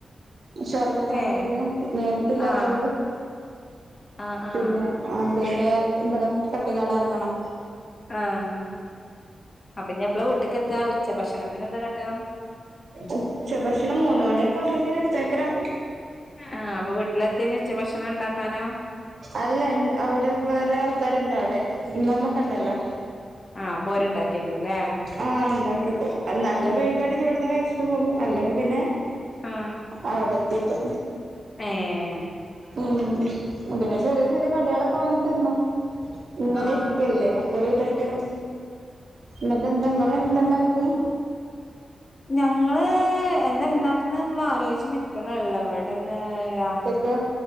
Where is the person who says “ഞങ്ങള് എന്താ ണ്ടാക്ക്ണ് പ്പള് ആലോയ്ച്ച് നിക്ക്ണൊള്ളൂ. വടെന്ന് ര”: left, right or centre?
Left